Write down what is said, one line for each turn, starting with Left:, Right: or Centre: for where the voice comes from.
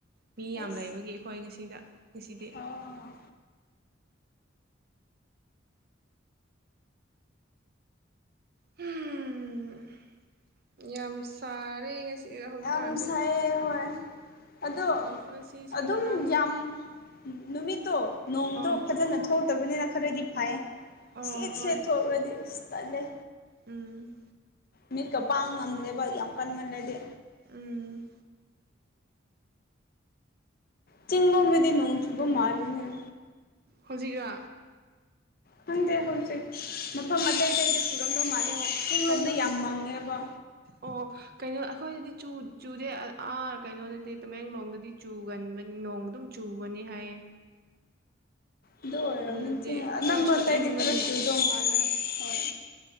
Right: ꯃꯤ ꯌꯥꯝ
Left: ꯑꯩꯁ
Right: ꯂꯩꯕꯒꯤ ꯑꯩꯈꯣꯏ ꯉꯁꯤꯗ ꯉꯁꯤꯗꯤ꯫
Left: ꯑꯣ ꯑꯣ
Right: ꯍꯨꯝ ꯌꯥꯝ ꯁꯥꯔꯦ ꯉꯁꯤ ꯍꯧꯖꯤꯛꯀꯥꯟꯁꯦ
Left: ꯌꯥꯝ ꯁꯥꯏꯌꯦ ꯍꯣꯏ ꯑꯗꯣ
Right: ꯉꯁꯤꯁꯨ
Left: ꯑꯗꯨꯝ
Right: ꯉꯔꯥꯡꯁꯨ
Left: ꯌꯥꯝ ꯅꯨꯃꯤꯠꯇꯣ ꯅꯣꯡꯗꯣ
Right: ꯑꯣ
Left: ꯐꯖꯅ ꯊꯣꯛꯇꯕꯅꯤꯅ ꯈꯔꯗꯤ ꯍꯌꯦ
Right: ꯑꯣ
Left: ꯁ‌ꯦꯠ
Right: ꯍꯣꯏ
Left: ꯁꯦꯠ ꯊꫭꯛꯔꯗꯤ ꯏꯁ ꯇꯜꯂ‌ꯦ
Right: ꯎꯝ
Left: ꯃꯤꯔ ꯀ ꯄꯥꯡ ꯉꯝꯗꯦꯕ ꯌꯥꯝ ꯀꯥꯟꯃꯜꯂꯗꯤ
Right: ꯎꯝ
Left: ꯆꯤꯡꯂꯣꯝ ꯂꯗꯤ ꯅꯣꯡ ꯆꯨꯕ ꯃꯥꯜꯂꯤꯅ‌ꯦ
Right: ꯍꯧꯖꯤꯛꯔꯥ
Left: ꯈꯪꯗꯦ ꯍꯧꯖꯤꯛ ꯃꯐꯝ ꯑꯇꯩ ꯑꯇꯩꯗ ꯆꯨꯔꯝꯗꯧ ꯃꯥꯜꯂꯦ
Right: ꯑꯣ
Left: ꯆꯤꯡꯂꯣꯝꯗ
Right: ꯀꯩꯅꯣꯗꯗꯤ
Left: ꯌꯥꯝ ꯃꯪꯉꯦꯕ
Right: ꯑꯣ ꯀꯩꯅꯣ ꯑꯩꯈꯣꯏꯗꯗꯤ ꯆꯨ ꯆꯨꯗꯦ ꯑꯥ ꯀꯩꯅꯣꯗꯗꯤ ꯇꯃꯦꯡꯂꯣꯡꯗꯗꯤ ꯆꯨꯒꯟꯕꯅꯤ ꯅꯣꯡ ꯑꯗꯨꯝ ꯆꯨꯕꯅꯤ ꯍꯥꯏꯌꯦ
Left: ꯑꯗꯨ ꯑꯣꯏꯔꯕꯝꯃꯤ
Right: ꯑꯗꯨꯗꯗꯤ
Left: ꯆꯤꯛ ꯑꯅꯝꯕ
Right: ꯈꯔꯁꯨ
Left: ꯑꯇꯩꯗꯤ
Right: ꯏꯪꯕꯅꯦ
Left: ꯈꯔꯥ ꯆꯨꯗꯧ ꯃꯥꯜꯂꯦ ꯍꯣꯏ